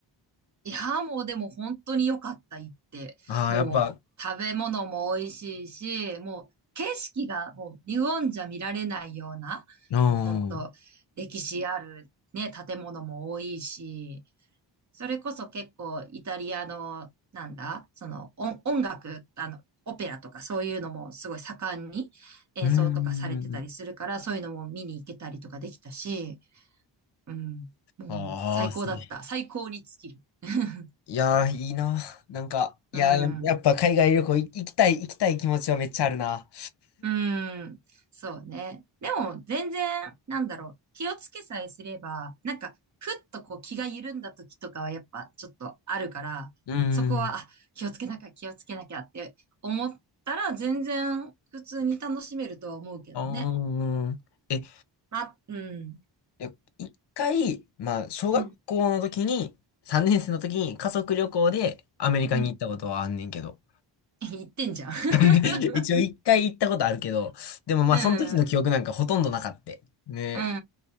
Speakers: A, on the right (about 40°); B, on the left (about 65°).
A: いや、もうでも本当に良かった、行って。
B: ああ、
A: もう食べ物も美味しいし、
B: やっぱ、
A: もう景色がもう日本じゃ見られないような、
B: うん。
A: もう本当歴史あるね、
B: う
A: 建物も多いし、それこそ結構イタリアの、なんだ、その音、音楽、あの、オペラとかそういうのもすごい盛んに演奏とかされてたりするから、
B: ーん。
A: そういうのも見に行けたりとかできたし、うん、もう最高だった。
B: ああ、すげえ。
A: 最高に尽きる。<laughs>
B: いやー、いいな。なんか、いやー、
A: うん。
B: ややっぱ海外旅行い行きたい、行きたい気持ちはめっちゃあるな。
A: うん。そうね。でも、全然、なんだろう。気をつけさえすれば、なんか、ふっとこう気が緩んだ時とかはやっぱちょっとあるから、
B: うーん。
A: そこは、あ、気をつけなきゃ、気をつけなきゃって思ったら、全然普通に楽しめるとは思うけどね。
B: ああ。え、い
A: まあ、うん。
B: や、一回、まあ、小学校の時に、
A: うん。
B: 3年生の時に家族旅行でアメリカに行ったことはあんねんけど。
A: うん。<laughs> 言ってんじゃん。<laughs>
B: <laughs> 一応一回行ったことあるけど、でもまあ、
A: うん。
B: その時の記憶なんかほとんどなかった。ね。
A: うん。